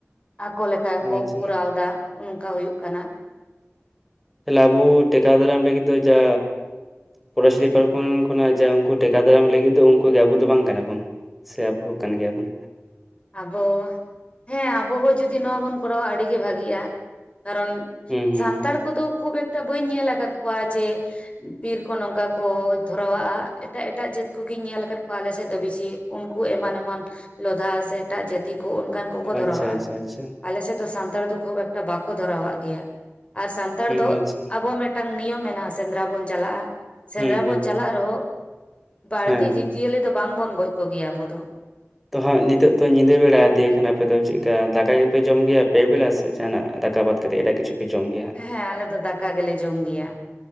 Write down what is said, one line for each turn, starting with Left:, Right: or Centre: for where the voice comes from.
Left: ᱟᱠᱚ ᱞᱮᱠᱟ ᱠᱚ
Centre: ᱟᱪᱪᱷᱟ
Left: ᱠᱩᱨᱟᱣᱫᱟ ᱾ ᱚᱱᱚᱠᱟ ᱦᱳᱭᱳᱜ ᱠᱟᱱᱟ ᱾
Centre: ᱛᱟᱦᱞᱮ ᱟᱵᱚ ᱴᱮᱠᱟᱣ ᱫᱟᱨᱟᱢ ᱞᱟᱹᱜᱤᱫ ᱫᱚ ᱡᱟᱻ ᱯᱚᱨᱮᱥ ᱰᱤᱯᱟᱨ ᱠᱚᱱ ᱠᱷᱚᱱᱟᱜ ᱡᱟ ᱩᱝᱠᱩ ᱴᱮᱠᱟ ᱫᱟᱨᱟᱢ ᱞᱟᱹᱜᱤᱫ ᱫᱚ ᱩᱝᱠᱩ ᱜᱮ ᱟᱵᱚ ᱫᱚ ᱵᱟᱝ ᱠᱟᱱᱟ ᱵᱚᱱ ᱾ ᱥᱮ ᱟᱵᱚ ᱦᱚᱸ ᱠᱟᱱ ᱜᱮᱭᱟᱵᱚᱱ?
Left: ᱟᱵᱚᱻ ᱦᱮᱸ ᱟᱵᱚ ᱦᱚᱸ ᱡᱩᱫᱤ ᱱᱚᱣᱟ ᱵᱚᱱ ᱠᱚᱨᱟᱣᱟ ᱟᱹᱰᱤ ᱜᱮ ᱵᱷᱟᱜᱤᱜᱼᱟ ᱾ ᱠᱟᱨᱚᱱ
Centre: ᱦᱩᱸ ᱦᱩᱸ
Left: ᱥᱟᱱᱛᱟᱲ
Centre: ᱦᱩᱸ
Left: ᱠᱚᱫᱚ ᱠᱷᱩᱵ ᱮᱠᱴᱟ ᱵᱟᱹᱧ ᱧᱮᱞ ᱟᱠᱟᱫ ᱠᱚᱣᱟ ᱡᱮ ᱵᱤᱨ ᱠᱚ ᱱᱚᱝᱠᱟ ᱠᱚ ᱫᱷᱚᱨᱟᱣᱟᱜᱼᱟ, ᱮᱴᱟᱜ ᱮᱴᱟᱜ ᱡᱟᱹᱛ ᱠᱚᱜᱤᱧ ᱧᱮᱞ ᱟᱠᱟᱫ ᱠᱚᱣᱟ ᱟᱞᱮᱥᱮᱫ ᱫᱚ ᱵᱮᱥᱤ ᱾ ᱩᱱᱠᱩ ᱮᱢᱟᱱ ᱮᱢᱟᱱ ᱞᱚᱫᱷᱟ ᱥᱮ ᱮᱴᱟᱜ ᱡᱟᱹᱛᱤ ᱠᱚ ᱚᱱᱠᱟᱱ ᱠᱚᱠᱚ ᱫᱷᱚᱨᱟᱣᱟᱜᱼᱟ,
Centre: ᱟᱪᱪᱷᱟ ᱟᱪᱪᱷᱟ ᱟᱪᱪᱷᱟ
Left: ᱟᱞᱮᱥᱮᱫ ᱫᱚ ᱥᱟᱱᱛᱟᱲ ᱫᱚ ᱠᱷᱩᱵ ᱮᱠᱴᱟ ᱵᱟᱠᱚ ᱫᱷᱚᱨᱟᱣᱟᱜ ᱜᱮᱭᱟ, ᱟᱨ ᱥᱟᱱᱛᱟᱲ
Centre: ᱦᱩᱸ
Left: ᱫᱚ
Centre: ᱟᱪᱪᱷᱟ
Left: ᱟᱵᱚ ᱢᱮᱫ ᱴᱟᱝ ᱱᱤᱭᱚᱢ ᱢᱮᱱᱟᱜᱼᱟ ᱥᱮᱸᱫᱽᱨᱟ ᱵᱚᱱ ᱪᱟᱞᱟᱜᱼᱟ ᱾ ᱥᱮᱸᱫᱽᱨᱟ
Centre: ᱦᱩᱸ ᱦᱩᱸ
Left: ᱵᱚᱱ
Centre: ᱦᱩᱸ
Left: ᱪᱟᱞᱟᱜ ᱨᱮᱦᱚᱸ ᱵᱟᱹᱲᱛᱤ
Centre: ᱦᱮᱸ ᱦᱮᱸ
Left: ᱡᱤᱵᱽ ᱡᱤᱭᱟᱹᱞᱤ ᱫᱚ ᱵᱟᱝᱵᱚᱱ ᱜᱚᱡ ᱠᱚᱜᱮᱭᱟ ᱟᱵᱚ ᱫᱚ ᱾
Centre: ᱛᱚ ᱦᱟᱸᱜ ᱱᱤᱛᱚᱜ ᱛᱚ ᱧᱤᱫᱟᱹ ᱵᱮᱲᱟ ᱫᱤᱭᱮ ᱠᱷᱟᱱ ᱟᱯᱮ ᱫᱚ ᱪᱮᱜᱠᱟ ᱫᱟᱠᱟ ᱜᱮᱯᱮ ᱡᱚᱢ ᱜᱮᱭᱟ ᱯᱮ ᱵᱮᱞᱟ ᱥᱮ ᱡᱟᱦᱟᱱᱟᱜ ᱫᱟᱠᱟ ᱵᱟᱛ ᱠᱟᱛᱮᱜ ᱮᱴᱟᱜ ᱠᱤᱪᱷᱩ ᱯᱮ ᱡᱚᱢ ᱜᱮᱭᱟ
Left: ᱦᱮᱸ ᱟᱞᱮ ᱫᱚ ᱫᱟᱠᱟ ᱜᱮᱞᱮ ᱡᱚᱢ ᱜᱮᱭᱟ ᱾